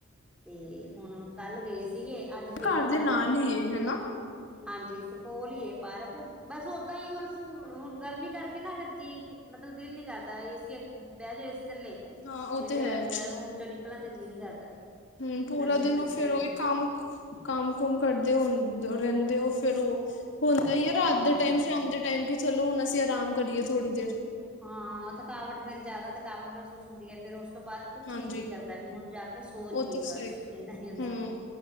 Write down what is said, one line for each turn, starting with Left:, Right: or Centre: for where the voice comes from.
Centre: ਤੇ ਹੁਨ ਕੱਲ ਗਏ ਸੀਗੇ ਅੱਜ ਫੇਰ
Left: ਘਰ
Centre: ਥੋੜਾ
Left: ਦੇ ਨਾਲ
Centre: ਜਾ
Left: ਹੀ ਏ ਹਨਾ
Centre: ਹਾਂਜੀ ਸ ਕੋਲ ਈ ਏ ਪਾਰਕ ਬਸ ਓਦਾਂ ਈ ਬਸ ਹੁਨ ਗਰਮੀ ਕਰਕੇ ਨਾ ਫੇਰ ਜੀਅ ਮਤਲਬ ਦਿਲ ਨੀ ਕਰਦਾ ਏਸੀ ਅੱਗੇ ਬੈ ਜੋ ਏਸੀ ਥੱਲੇ
Left: ਹਾਂ ਉਹ
Centre: ਤੇ ਫੇਰ
Left: ਹੈ
Centre: ਅੰਦਰ ਰੂਮ ਚੋਂ ਨਿਕਲਾ ਤੇ ਜੀਅ ਨੀ ਕਰਦਾ।
Left: ਹੂੰ ਪੂਰਾ
Centre: ਗਰਮੀ
Left: ਦਿਨ
Centre: ਬੜੀ
Left: ਓ ਫੇਰ
Centre: ਜ਼ਿਆਦਾ
Left: ਓਈ ਕੰਮ ਕੰਮ ਕੁੰਮ ਕਰਦੇ ਹੁੰ ਰੈਂਦੇ ਓਂ ਫੇਰ ਓ, ਹੁੰਦਾ ਈ ਐ ਰਾਤ
Centre: ਹਾਂ।
Left: ਦੇ ਟੈਮ ਸ਼ਾਮ ਦੇ ਟੈਮ ਕੇ ਚਲੋ ਹੁਨ ਅਸੀਂ ਅਰਾਮ ਕਰੀਏ ਥੋੜੀ ਦੇਰ।
Centre: ਹਾਂ ਥਕਾਵਟ ਫੇਰ ਜਾਦਾ ਥਕਾਵਟ ਮਹਿਸੂਸ ਹੁੰਦੀ ਐ ਫੇਰ ਓਸ ਤੋਂ ਬਾਦ ਕੁਛ
Left: ਹਾਂਜੀ
Centre: ਨੀ ਜੀਅ ਕਰਦਾ ਵੀ ਹੁਨ ਜਾ ਕੇ ਸੋ ਜੀਏ
Left: ਉਹ ਤਾਂ
Centre: ਬਸ
Left: ਸਹੀ
Centre: ਏਨਾ ਈ ਹੁੰਦਾ।
Left: ਹਮ